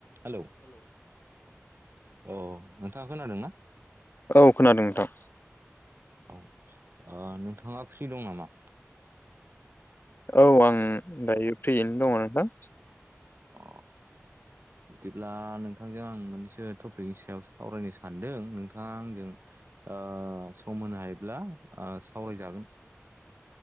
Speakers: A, on the right; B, on the left.
A: हेलौ अ' नोंथाङा खोनादोंना?
B: औ खोनादों नोंथां।
A: औ ओ नोंथाङा फ्रि दं नामा?
B: औ आं दायो फ्रियैनो दङ' नोंथां।
A: अ बिदिब्ला नोंथांजों आं मोननैसो टपिकनि सायाव सावरायनो सानदों नोंथाङा आंजों ओ सम होनो हायोब्ला ओ सावरायजागोन।